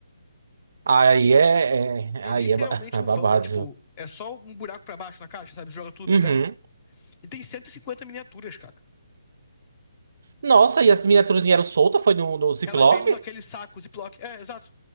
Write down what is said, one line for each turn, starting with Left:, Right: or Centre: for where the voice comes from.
Right: Aí é, é-
Left: É
Right: Aí
Left: literalmente
Right: é, ba- <laughs> é
Left: um
Right: babado,
Left: vão. É, tipo,
Right: viu?
Left: é só um buraco pra baixo na caixa, sabe? Joga tudo
Right: Uhum.
Left: na tela. E tem 150 miniaturas, cara.
Right: Nossa, e as miniaturas eram soltas? Foi no, no Ziploc?
Left: Elas vêm naquele saco Ziploc. É, exato.